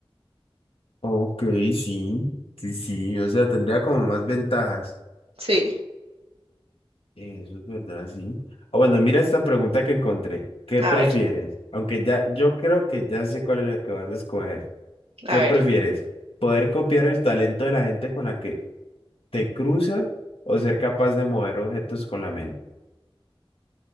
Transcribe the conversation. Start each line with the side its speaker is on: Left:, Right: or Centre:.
Left: Ok, sí, sí, sí, o sea, tendría como más ventajas.
Right: Sí,
Left: Eso es verdad, sí. Ah, bueno, mira esta pregunta que encontré. ¿Qué
Right: a
Left: prefieres?
Right: ver,
Left: Aunque ya, yo creo que ya sé cuál es la que vas a escoger. ¿Qué
Right: a ver.
Left: prefieres? ¿Poder copiar el talento de la gente con la que te cruzas o ser capaz de mover objetos con la mente?